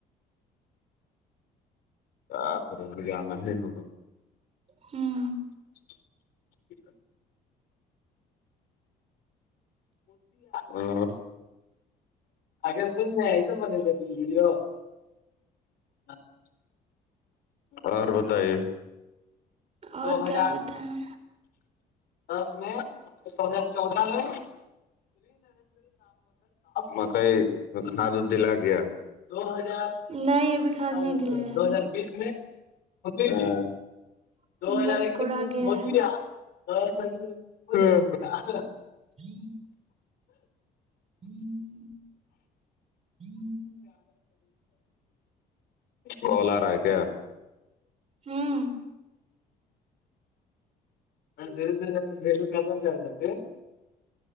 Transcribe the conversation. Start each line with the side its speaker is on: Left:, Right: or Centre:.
Left: کیا کرے اج جانا ہی ہوگا
Right: ہمم
Left: <inaudible> اور اگر سننے ایسے بنے گا ویڈیو <inaudible> اور بتائیے دو
Right: اور
Left: ہزار
Right: کیا بتائیں
Left: دس میں دو ہزار چودہ میں مکئی اس کا تو دل اگیا ہاں
Right: نہیں ابھی کھاد نہیں دلایا
Left: ہمم
Right: ہے بس کوڑا گیا ہے <inaudible> <inaudible> <inaudible>
Left: کال ارہا ہے کیا
Right: ہمم
Left: <unintelligible>